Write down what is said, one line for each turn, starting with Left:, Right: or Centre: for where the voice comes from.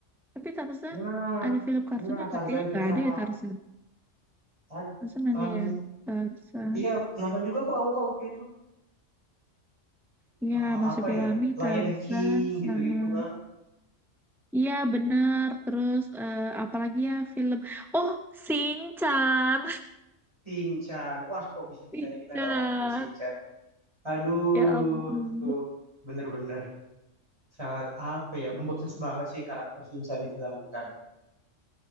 Centre: Tapi Tarzan
Right: pernah
Centre: ada film kartunnya
Right: pernah
Centre: nggak?
Right: Tarzan
Centre: Kayaknya
Right: pernah
Centre: nggak ada
Right: kak.
Centre: ya Tarzan.
Right: Ah,
Centre: Tarzan ada
Right: um,
Centre: ya Tarzan.
Right: iya nonton juga kok aku kak waktu itu
Centre: Ya
Right: Eh,
Centre: Masuk
Right: apa
Centre: Pirani,
Right: ya Lion
Centre: Tarzan
Right: King
Centre: sama.
Right: gitu-gitu kak.
Centre: Iya benar. Terus eh apalagi ya film? Oh Sinchan.
Right: Shinchan. Wah kok bisa-bisanya
Centre: <laughs> Sinchan.
Right: kita nggak ngomongin Shinchan. Aduh
Centre: Ya ampun.
Right: itu bener-bener sangat apa ya membekas banget sih karakter Shinchan itu sampai sekarang.